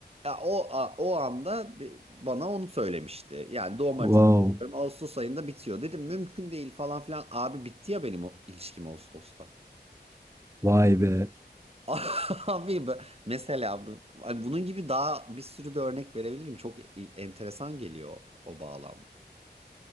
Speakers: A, on the right; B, on the right.
A: Ya o a- o anda bi- bana onu söylemişti. Yani doğum haritana
B: Wow,
A: bakıyorum. Ağustos ayında bitiyor. Dedim mümkün değil falan filan. Abi bitti ya benim o ilişkim Ağustos'ta.
B: vay be!
A: <laughs> Abi bu- mesela bu- hani bunun gibi daha bir sürü de örnek verebilirim. Çok i- enteresan geliyor o bağlam.